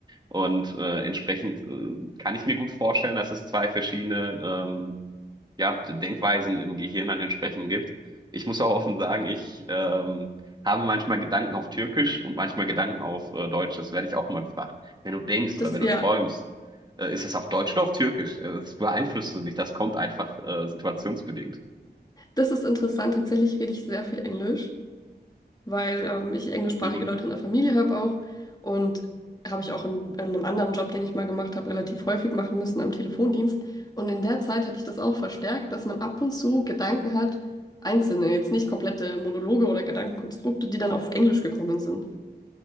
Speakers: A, on the right; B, on the left.
A: Und äh, entsprechend äh, kann ich mir gut vorstellen, dass es zwei verschiedene ähm, ja, Denkweisen im Gehirn dann entsprechend gibt. Ich muss auch offen sagen, ich ähm, habe manchmal Gedanken auf Türkisch und manchmal Gedanken auf äh, Deutsch. Das werde ich auch mal gefragt. Wenn du denkst
B: Das,
A: oder wenn
B: ja,
A: du träumst, äh, ist es auf Deutsch oder auf Türkisch? Äh, Das beeinflusst du nicht. Das kommt einfach äh, situationsbedingt.
B: das ist interessant. Tatsächlich rede ich sehr viel Englisch, weil ähm, ich englischsprachige
A: Mhm.
B: Leute in der Familie habe auch. Und habe ich auch in, in einem anderen Job, den ich mal gemacht habe, relativ häufig machen müssen am Telefondienst. Und in der Zeit hatte ich das auch verstärkt, dass man ab und zu Gedanken hat, einzelne, jetzt nicht komplette Monologe oder Gedankenkonstrukte, die dann auf Englisch gekommen sind.